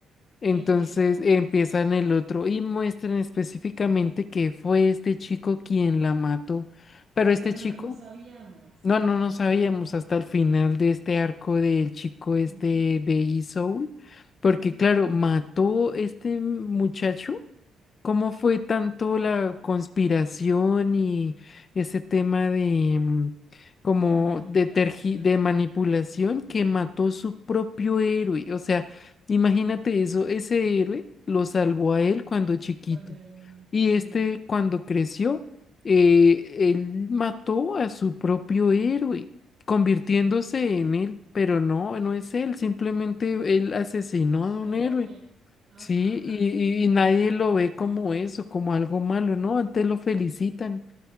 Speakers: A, on the right (about 60°); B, on the left (about 45°).
A: Y
B: Entonces
A: empieza con
B: empiezan
A: este chico.
B: el otro y muestran específicamente que fue este chico quien la mató. Pero este
A: Pero nosotros
B: chico
A: no sabíamos.
B: No, no, no sabíamos hasta el final de este arco del chico este
A: Ujú,
B: de E-Soul, porque
A: ujú.
B: claro, mató este muchacho. ¿Cómo fue tanto la conspiración y ese tema de mm, como
A: La manipulación
B: de tergi- de
A: ahí.
B: manipulación que mató su propio héroe? O sea, imagínate
A: Ujú.
B: eso, ese héroe lo salvó a él cuando chiquito
A: Cuando era niño,
B: y
A: sí,
B: este cuando creció eh, él mató a su propio héroe, convirtiéndose
A: exacto.
B: en él, pero no, no es él, simplemente él asesinó
A: Es
B: a
A: una
B: un héroe,
A: copia. Ajá,
B: ¿sí?
A: asesino
B: Y, y- y nadie
A: a su héroe.
B: lo ve como eso, como algo malo, ¿no? Antes lo felicitan.